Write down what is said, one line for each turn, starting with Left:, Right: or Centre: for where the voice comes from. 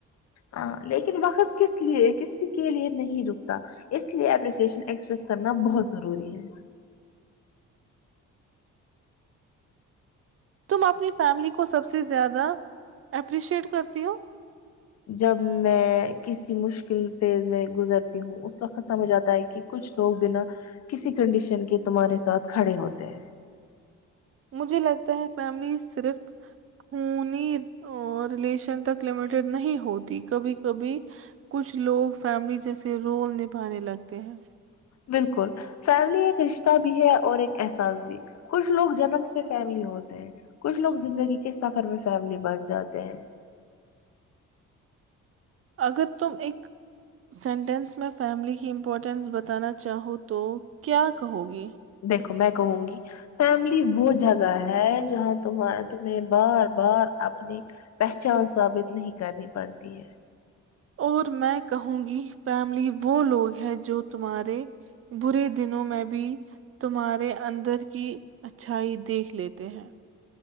Left: ہاں لیکن وقت کس لیے کسی کے لیے نہیں رکتا اس لیے اپریسیشن ایکسپریس کرنا بہت ضروری ہے
Right: تم اپنی فیملی کو سب سے زیادہ اپریشیٹ کرتی ہو
Left: جب میں کسی مشکل فیز میں گزرتی ہوں اس وقت سمجھ آتا ہے کہ کچھ لوگ بنا کسی کنڈیشن کے تمہارے ساتھ کھڑے ہوتے ہیں
Right: مجھے لگتا ہے فیملی صرف خنی ریلیشن تک لمیٹیڈ نہیں ہوتی کبھی کبھی کچھ لوگ فیملی جیسے رول نبھانے لگتے ہیں
Left: بالکل فیملی ایک رشتہ بھی ہے اور ایک احساس بھی کچھ لوگ جنم سے فیملی ہوتے ہیں کچھ لوگ زندگی کے سفر میں فیملی بن جاتے ہیں
Right: اگر تم ایک سینٹینس میں فیملی کی امپورٹینس بتانا چاہو تو کیا کہو گی
Left: دیکھو میں کہوں گی فیملی وہ جگہ ہے جہاں تم تمہیں بار بار اپنی پہچان ثابت نہیں کرنی پڑتی ہے
Right: اور میں کہوں گی فیملی وہ لوگ ہے جو تمہارے برے دنوں میں بھی تمہارے اندر کی اچھائی دیکھ لیتے تے ہیں